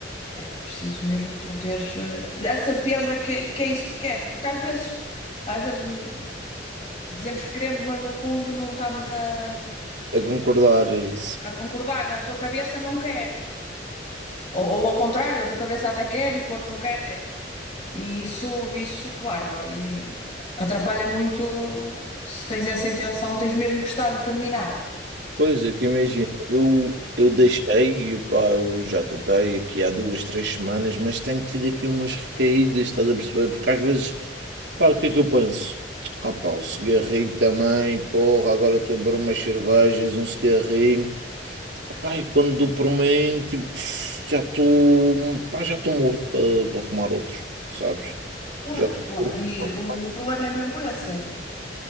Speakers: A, on the left; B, on the right.
A: É preciso mesmo tu teres eh, a certeza que, que é isso que queres. Porque às vezes, às vezes hum, dizemos que queremos, mas no fundo não estamos a
B: a concordar a isso.
A: a concordar, a tua cabeça não quer. Ou, ou ao contrário, a tua cabeça até quer e o corpo não quer. É, E isso, isso, claro, e atrapalha muito se tens essa intenção, tens mesmo que estar determinado.
B: Pois é, que imagina, eu, eu deixei,
A: Sim.
B: e, pá, eu já tentei aqui há duas, três semanas, mas tenho tido aqui umas recaídas, estás a perceber? Porque às vezes, pá, o que é que eu penso? Ah, pá, o cigarrinho também, porra, agora estou a beber umas cervejas, um cigarrinho. Pá, e quando dou por mim, tipo, pff, já estou, pá, já estou morto para fumar outro, sabes?
A: Pois,
B: Já estou
A: claro. E
B: morto
A: o problema é mesmo esse. É...